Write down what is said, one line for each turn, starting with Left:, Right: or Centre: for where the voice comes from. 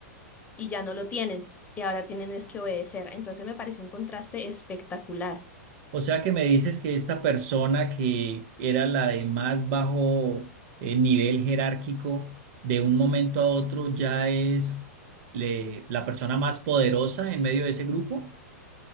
Left: y ya no lo tienen y ahora tienen es que obedecer. Entonces me pareció un contraste espectacular.
Right: o sea que me dices que esta persona que era la de más bajo eh, nivel jerárquico, de un momento a otro ya es le- la persona más poderosa en medio de ese grupo.